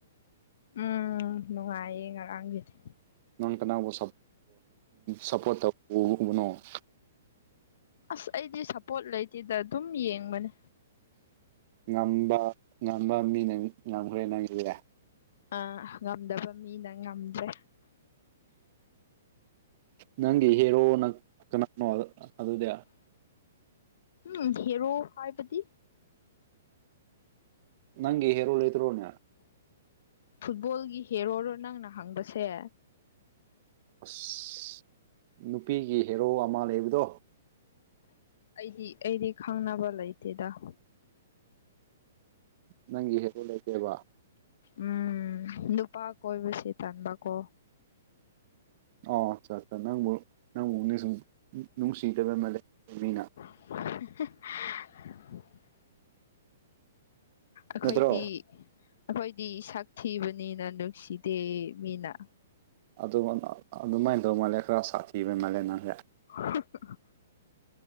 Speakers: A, on the left; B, on the right.
A: ꯎꯝ ꯅꯨꯡꯉꯥꯏꯌꯦ ꯉꯔꯥꯡꯒꯤꯗꯤ
B: ꯅꯪ ꯀꯅꯥꯒꯨꯝꯕ ꯁꯄꯣꯔꯠ <unintelligible>
A: ꯑꯁ ꯑꯩꯗꯤ ꯁꯞꯄꯣꯔꯠ ꯂꯩꯇꯦꯗ ꯑꯗꯨꯝ ꯌꯦꯡꯕꯅꯦ
B: ꯉꯝꯕ ꯉꯝꯕ ꯃꯤꯅꯥ ꯉꯝꯈꯒꯔꯦ ꯅꯪꯒꯤ
A: ꯑ ꯉꯝꯗꯕ ꯃꯤꯅ ꯉꯝꯗ꯭ꯔꯦ
B: ꯅꯪꯒꯤ ꯍꯦꯔꯣꯅ ꯀꯅꯥꯅꯣ ꯑꯗꯨꯗꯤ
A: ꯎꯝ ꯍꯦꯔꯣ ꯍꯥꯏꯕꯗꯤ
B: ꯅꯪꯒꯤ ꯍꯦꯔꯣ ꯂꯩꯗ꯭ꯔꯣꯅꯦ
A: ꯐꯨꯠꯕꯣꯜꯒꯤ ꯍꯦꯔꯣꯔꯣ ꯅꯪꯅ ꯍꯪꯕꯁꯦ
B: ꯑꯁ ꯅꯨꯄꯤꯒꯤ ꯍꯦꯔꯣ ꯑꯃ ꯂꯩꯕꯗꯣ
A: ꯑꯩꯗꯤ ꯑꯩꯗꯤ ꯈꯪꯅꯕ ꯂꯩꯇꯦꯗ
B: ꯅꯪꯒꯤ <unintelligible> ꯂꯩꯇꯦꯕ
A: ꯎꯝ ꯅꯨꯄꯥ ꯀꯣꯏꯕꯁꯦ ꯇꯟꯕꯀꯣ
B: ꯑꯣ ꯑꯆꯥꯆ ꯅꯪꯕꯨ ꯅꯪꯕꯨ ꯁꯨꯝ ꯅꯨꯡꯁꯤ <unintelligible> ꯃꯤꯅ
A: <unintelligible> ꯑꯈꯣꯏꯗꯤ
B: ꯅꯠꯇ꯭ꯔꯣ
A: ꯑꯈꯣꯏꯗꯤ ꯁꯛ ꯊꯤꯕꯅꯤꯅ ꯅꯨꯡꯁꯤꯗꯦ ꯃꯤꯅ
B: ꯑꯗꯨ ꯑꯗꯨꯃꯥꯏꯅ ꯇꯧ ꯃꯥꯜꯂꯦ ꯈꯔ ꯁꯥꯊꯤꯕꯩ ꯃꯥꯜꯂꯦ ꯅꯪꯁꯦ
A: <inaudible>